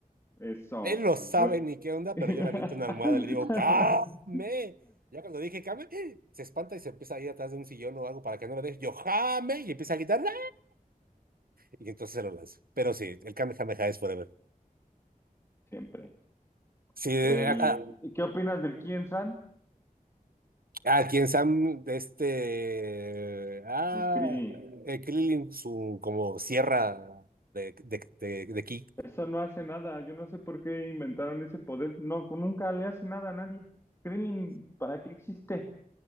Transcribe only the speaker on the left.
Eso,
bueno.
<laughs>
Siempre.
El,
¿qué opinas del Kien San?
El Krillin.
Eso no hace nada. Yo no sé por qué inventaron ese poder. No, nunca le hace nada a nadie. Krillin, ¿para qué existe?